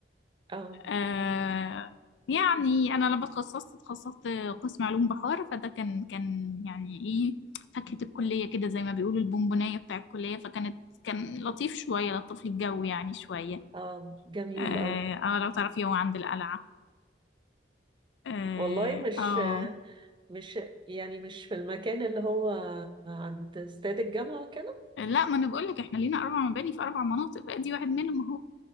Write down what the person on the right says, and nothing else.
اه
اه جميل
أوي
والله مش
مش يعني مش في المكان اللي هو عند استاد الجامعة كده